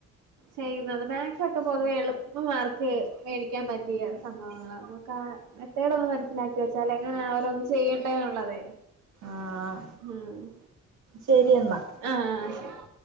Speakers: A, on the right; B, on the right.
A: ചെയ്യുന്നത് മാക്സൊക്കെ പൊതുവെ എളുപ്പംമാർക്ക് മേടിക്കാൻ പറ്റിയ സംഭവങ്ങളാ ആ മെത്തേഡ് ഒന്ന് മനസ്സിലാക്കി വെച്ചാൽ എങ്ങനാ ഓരോന്ന് ചെയ്യണ്ടേന്നുള്ളത്
B: ആഹ്
A: മേമ്
B: ശരി എന്നാ
A: അ ആ ശരി